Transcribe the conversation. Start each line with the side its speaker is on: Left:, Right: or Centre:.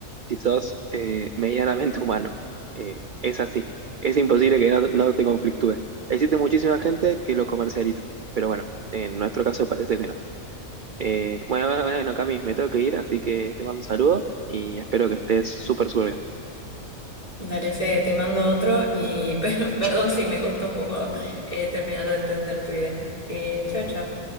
Right: si sos eh, medianamente humano. Eh, es así, es imposible que no, no te conflictúe. Existe muchísima gente que lo comercializa, pero bueno, en nuestro caso parece que no. Eh, bueno, bueno, bueno, Cami, me tengo que ir, así que te mando un saludo y espero que estés súper, súper bien.
Left: Dale, Fede, te mando otro y <laughs> perdón si me costó un poco eh, terminar de entender tu idea. Eh, chao, chao.